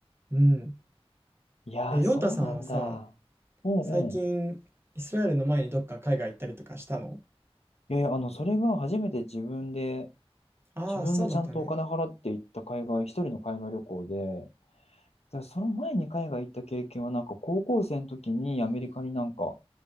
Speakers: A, on the right; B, on the left.
A: うん。
B: いやー、
A: えー、ヨータさんはさ、
B: そうなんだ。うんうん。
A: 最近、イスラエルの前にどっか海外行ったりとかしたの
B: いやいや、あの、それが初めて自分で、
A: ああそうだったね。
B: 自分でちゃんとお金払って行った海外、一人の海外旅行で、でその前に海外行った経験は、なんか高校生の時にアメリカになんか、